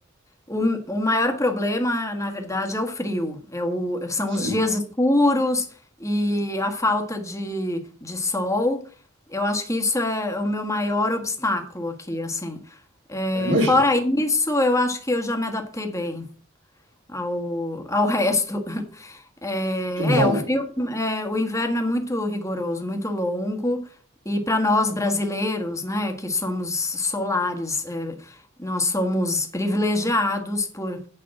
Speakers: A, on the left; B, on the right.
A: o, o maior problema, na verdade, é o frio. É o- são
B: Sim,
A: os dias escuros e a falta de, de sol. Eu acho que isso é o meu maior obstáculo aqui, assim. É,
B: Ah, imagino.
A: fora isso, eu acho que eu já me adaptei bem ao, ao resto. <laughs> É,
B: Que bom.
A: é, o frio, é, o inverno é muito rigoroso, muito longo, e para nós brasileiros, né, que somos solares, é, nós somos privilegiados por.